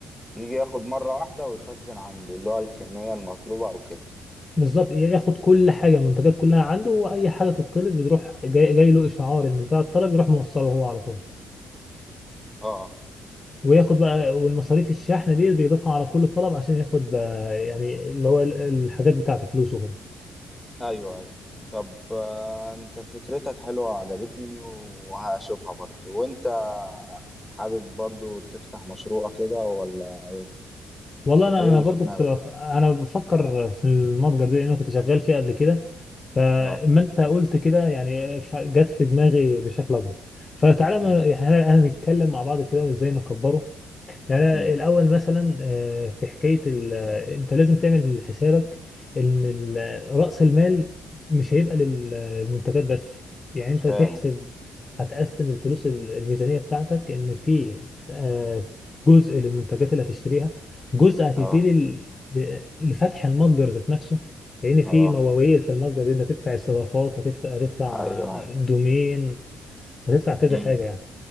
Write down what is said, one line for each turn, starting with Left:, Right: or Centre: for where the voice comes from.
Centre: يجي ياخد مرة واحدة ويخزن عنده اللي هو الكمية المطلوبة او كده
Left: بالظبط ياخد كل حاجه المنتجات كلها عنده واي حاجه تطلب يروح جاي, جاي له اشعار ان بتاع الطلب يروح موصله هو على طول
Centre: اه
Left: وياخد بقى والمصاريف الشحن دي بيضيفها على كل طلب عشان ياخد آه، يعني اللي هو ال- الحاجات بتاعته فلوسه هو
Centre: ايوه ايوه طب آه، انت فكرتك حلوة وعجبتني وهشوفها برضو وانت حابب برضو تفتح مشروع كده ولا ايه
Left: والله انا
Centre: إيه
Left: انا
Centre: اللي
Left: برضو
Centre: في دماغك؟
Left: كنت بف... انا بفكر في المتجر ده لان انا كنت شغال فيه قبل كده فاما
Centre: آه،
Left: انت قلت كده يعني ف- جت في دماغي بشكل اكبر فتعالى ما-
Centre: إمم،
Left: يعني انا أنا نتكلم مع بعض كده وازاي نكبره يعني أنا
Centre: إمم،
Left: الأول مثلا آه، في حكاية ال... آه، أنت لازم تعمل حسابك إن ال- آه، رأس المال مش هيبقى لل- آه، للمنتجات بس يعني أنت
Centre: فاهم،
Left: تحسب هتقسم الفلوس ال- الميزانية بتاعتك إن في آه، جزء للمنتجات اللي هتشتريها جزء هتديه
Centre: آه،
Left: لل... ل- لفتح المتجر ذات نفسه لأن في
Centre: آه،
Left: مواويل في المتجر دي أنت هتدفع استضافات هتدفع هتدفع
Centre: أيوه، أيوه،
Left: دومين هتدفع كذا
Centre: إمم،
Left: حاجة يعني